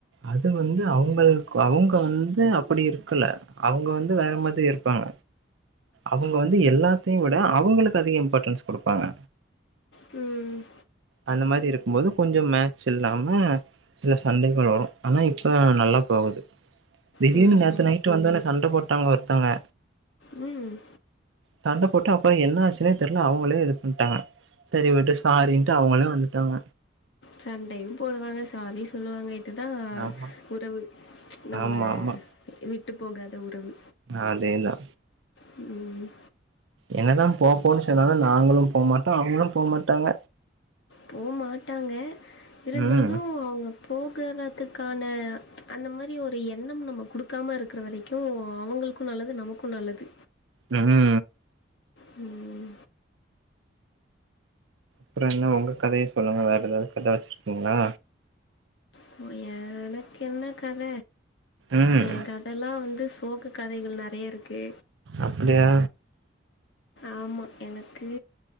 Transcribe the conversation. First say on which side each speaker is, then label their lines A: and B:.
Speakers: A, on the right; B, on the left.
A: அது வந்து அவுங்களுக்கு அவுங்க வந்து அப்டி இருக்கல அவுங்க வந்து வேற மாத்ரி இருப்பாங்க அவுங்க வந்து எல்லாத்தயு விட அவுங்களுக்கு அதிக இம்பார்ட்டன்ஸ் குடுப்பாங்க
B: ம்
A: அந்த மாரி இருக்கும் போது கொஞ்சொ மேட்ச் இல்லாம சில சண்டைகள் வரு ஆனா இப்ப நல்லா போகுது திடீர்னு
B: ம் ம்
A: நேத்து நைட்டு வந்தோனே சண்ட போட்டாங்க ஒருத்தவ்ங்க
B: ம்
A: சண்ட போட்டு அப்பறொ என்ன ஆச்சுன்னே தெரில அவுங்களே இது பண்ட்டாங்க செரி விடு சாரின்ட்டு அவுங்களே வந்துட்டாங்க
B: சண்டயு போடுவாங்க சாரியு சொல்லுவாங்க இதுதா
A: ஆமா.
B: உறவு நம்ம
A: ஆமாமா.
B: விட்டு போகாத உறவு
A: அதே தா
B: ம்
A: என்னதா போப்போன்னு சொன்னாலு நாங்களு போமாட்டோ அவுங்களு போமாட்டாங்க
B: போ மாட்டாங்க இருந்தாலு
A: ம்.
B: அவுங்க போகுறதுக்கான அந்த மாரி ஒரு எண்ணம் நம்ம குடுக்காம இருக் இருக்குற வரைக்கு அவுங்களுக்கு நல்லது நமக்கு நல்லது
A: ம் ம்
B: ம்
A: அப்பறொ என்ன உங்க கதைய சொல்லுங்க வேற எதாது கத வச்சுருக்கீங்ளா
B: <unintelligible> எனக்கென்ன கத
A: ம்
B: ஏ கதல்லா வந்து சோக கதைகள் நெறய இருக்கு
A: அப்டியா
B: ஆமா எனக்கு